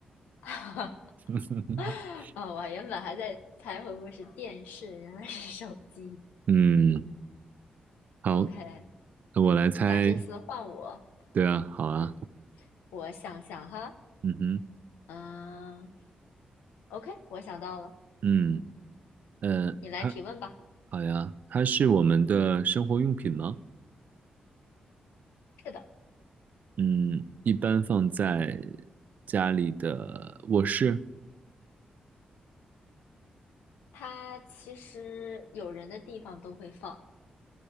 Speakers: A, on the left (about 80°); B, on the right (about 65°).
A: <laughs>
B: <laughs>
A: 哦，我原本还在猜会不会是电视，原来是手机。
B: 嗯，好，
A: OK，
B: 那我来猜，
A: 那这次换我，
B: 对啊，好啊，
A: 嗯，我想想哈，
B: 嗯哼，
A: 嗯，OK，我想到了，
B: 嗯呃。
A: 你来提问吧。
B: 好呀，它是我们的生活用品吗？
A: 是的，
B: 嗯，一般放在家里的卧室。
A: 它其实有人的地方都会放，